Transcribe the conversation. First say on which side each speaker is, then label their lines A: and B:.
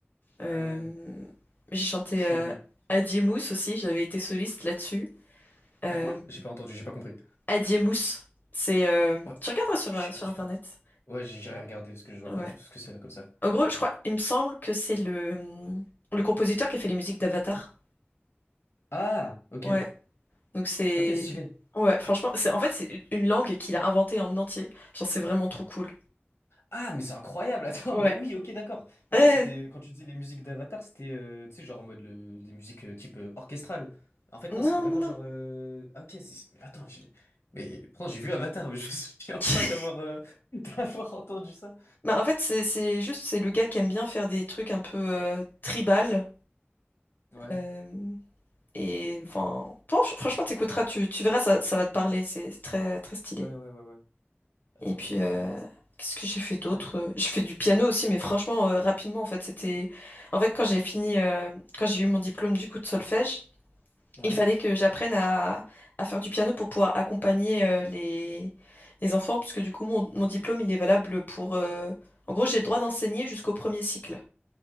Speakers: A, on the left; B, on the left.
A: Euh,
B: Ah ouais.
A: j'ai chanté
B: <laughs>
A: euh,
B: Ah oui.
A: Adiemus aussi, j'avais été soliste là-dessus. Euh,
B: À quoi? J'ai pas entendu, j'ai pas compris.
A: Adiemus, c'est... euh,
B: Ouais,
A: tu regarderas sur,
B: je
A: euh,
B: sais
A: sur
B: pas du
A: Internet.
B: tout. Ouais, j'ai- j'irai regarder parce que je vois
A: Ouais.
B: pas du tout ce que c'est là comme ça.
A: En gros, je crois, il me semble que c'est le, le compositeur qui a fait les musiques d'Avatar.
B: Ah, ok.
A: Ouais. Donc c'est...
B: Ok, stylé.
A: Ouais, franchement, c'est en fait, c'est une langue qu'il a inventée en entier. Genre, c'est vraiment trop cool.
B: Ah, mais c'est incroyable. <laughs> Attends,
A: Ouais.
B: mais oui, ok, d'accord. Pour
A: Eh,
B: moi, c'était euh, quand tu disais les musiques d'Avatar, c'était euh, tu sais genre en mode le- des musiques euh, type euh, orchestrale. En fait,
A: non,
B: non, c'est vraiment
A: non, non.
B: genre euh, ah ok, c'est- mais attends, j'ai mais pourtant j'ai vu Avatar, mais je me souviens <laughs> pas
A: <laughs>
B: d'avoir euh, <laughs> d'avoir entendu ça.
A: Bah, en fait, c'est c'est juste, c'est le gars qui aime bien faire des trucs un peu euh, tribal.
B: Ouais.
A: euh, et enfin, franch- franchement, t'écouteras, tu, tu verras, ça, ça va te parler. C'est très, très stylé.
B: Ouais, ouais, ouais, ouais. Attends,
A: Et puis,
B: mais
A: euh,
B: euh,
A: qu'est-ce que j'ai fait
B: c'est
A: d'autre?
B: incroyable.
A: Euh, J'ai fait du piano aussi, mais franchement, euh, rapidement, en fait, c'était. En fait, quand j'ai fini, euh, quand j'ai eu mon diplôme du coup de solfège,
B: Ouais.
A: il fallait que j'apprenne à, à faire du piano pour pouvoir accompagner euh, les, les enfants, puisque du coup, mon, mon diplôme, il est valable pour. euh, En gros, j'ai le droit d'enseigner jusqu'au premier cycle.